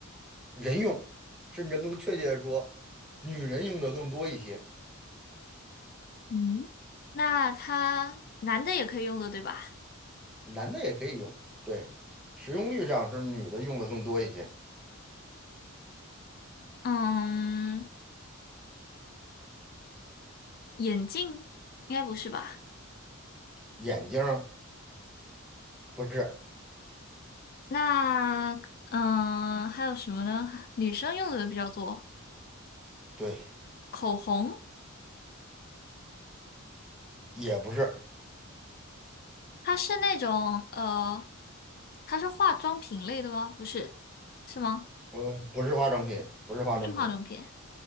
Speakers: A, in the centre; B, on the left (about 45°).
A: 人用，甚至更确切的说，女人用的更多一些，
B: 嗯，那它男的也可以用的，对吧？
A: 男的也可以用。对，使用率上是女的用的更多一些。
B: 嗯，眼镜应该不是吧？
A: 眼镜儿不是，
B: 那嗯，还有什么呢？女生用的比较多，
A: 对，
B: 口红，
A: 也不是，
B: 它是那种呃，它是化妆品类的吗？不是，是吗？
A: 嗯，不是化妆品，不是化妆品，
B: 不是化妆品。